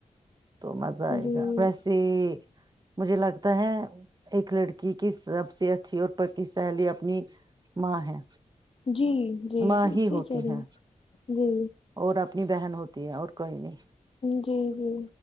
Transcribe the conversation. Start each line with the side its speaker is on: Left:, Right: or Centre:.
Right: تو مزہ
Left: جی
Right: آئے گا ویسے مجھے لگتا ہے ایک لڑکی کی سب سے اچھی اور پکی سہیلی اپنی ماں ہے
Left: جی جی
Right: ماں
Left: جی
Right: ہی
Left: صحیح
Right: ہوتی
Left: کہہ رہی
Right: ہے
Left: ہیں جی
Right: اور اپنی بہن ہوتی ہے اور کوئی نہیں
Left: جی جی